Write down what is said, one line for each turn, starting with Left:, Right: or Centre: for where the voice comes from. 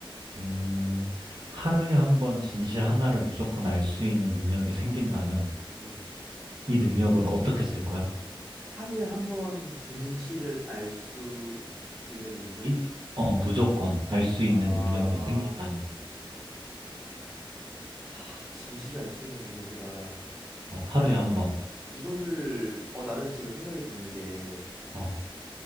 Right: 음, 하루에 한 번 진실 하나를 무조건 알 수 있는 능력이 생긴다면
Centre: 음.
Right: 이 능력을 어떻게 쓸 거야?
Centre: 하루에 한번 진실을 알 수 있는 능력?
Right: 이, 어, 무조건 알 수 있는
Centre: 아,
Right: 능력이 생긴다면
Centre: 하, 진실을 알 수 있는 능력이라.
Right: 어, 하루에 한 번.
Centre: 이거를, 어, 나는 지금 생각이 드는 게,
Right: 어,